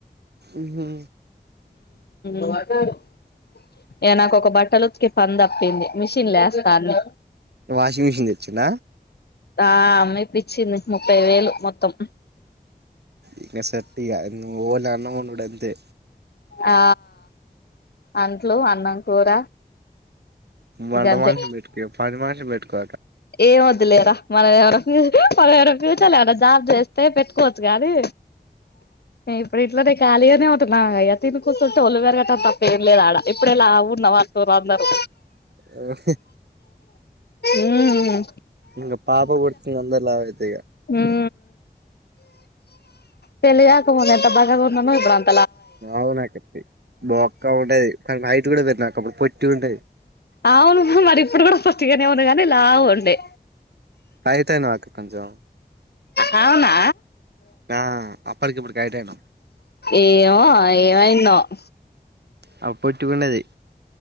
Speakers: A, on the right; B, on the left.
A: ఉహు
B: ఉ ఇగ నాకు ఒక బట్టలు ఉతికే పని తప్పింది మిషన్ లేస్తా అన్నీ
A: వాషింగ్ మెషన్ తెచ్చిండ
B: ఆ అమ్మ ఇప్పిచ్చింది ముప్పై వేలు మొత్తం
A: ఇంగ సెట్ ఇగ నువ్వు ఓన్లీ అన్న మండుడు అంతే
B: ఆ అంట్లు అన్నం కూర
A: వంట
B: గంతే
A: మనిషిని బెట్కో ఇగ పని మనిషిని బెట్కో
B: ఏం వొద్దులేర మనం ఎవనా ఫీల్ మనం ఏమన్నా ఫ్యూచర్ లేమన్న జాబ్ చేస్తే పెట్టుకోవచ్చు గానీ నే ఇప్పుడు ఇట్లానే కాలిగనే ఉ నా అయ తిని కూర్చుంటే ఒళ్ళు పెరగటం తప్ప ఏం లేదు ఆడా ఇప్పుడే లావు ఉన్నావ్ అంటూరు అందరూ
A: అ
B: ఉమ్
A: ఇక పాప కొతు అందా <unintelligible> లాభ ఇదుగా
B: ఉ పెళ్లి ఆకముంది ఎంత బగ న నో ఇబడంత <unintelligible>
A: ఆవునాకట్ బ ఉండ కరయిట్ కూడా అప్పుడు పొట్టటింటదు <unintelligible>
B: అవును మరి ఇప్పుడు కూడా పొట్టి గనే వున్న గానీ లావు ఉండే
A: అయితే నాకు కొంచెం
B: అ అవునా
A: ఆ అప్పటికిప్పటికి హైట్ అయినవ్
B: ఏమో ఏమైందొ <inaudible>
A: ఆ పొట్టి గున్నది